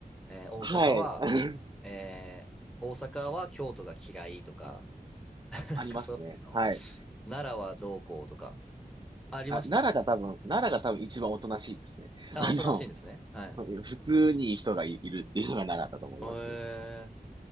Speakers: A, in the centre; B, on the right (about 30°).
A: えー大阪は、
B: はい。<laughs>
A: えー大阪は京都が嫌いとか、<laughs> なんかそういうの。
B: ありますね。はい。
A: 奈良はどうこうとか、ありました
B: あ、奈良が多分、奈良が多分一番おとなしいですね。
A: あ、
B: あの、
A: おとなしいんですね。はい。
B: 普通にいい人がい、いるっていうのが奈良だと思いますね。
A: えー、